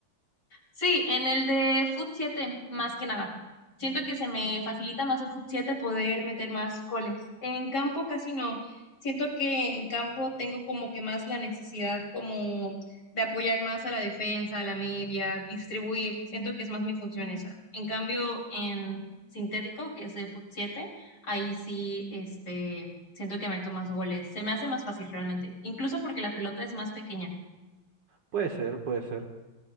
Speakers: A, on the left; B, on the right.
A: Sí, en el de Foot 7, más que nada. Siento que se me facilita más en Foot 7 poder meter más goles. En campo casi no. Siento que en campo tengo como que más la necesidad como de apoyar más a la defensa, a la media, distribuir. Siento que es más mi función esa. En cambio, en sintético, que es de Foot 7, ahí sí, este, siento que meto más goles. Se me hace más fácil realmente, incluso porque la pelota es más pequeña.
B: Puede ser, puede ser.